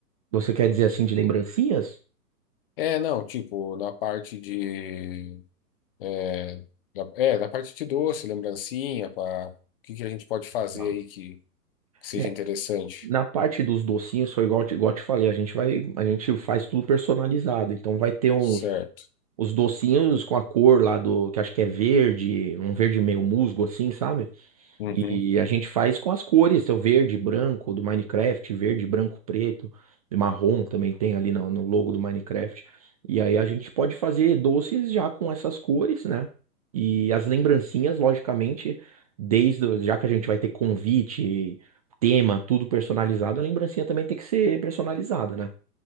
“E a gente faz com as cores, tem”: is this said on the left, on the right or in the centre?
Right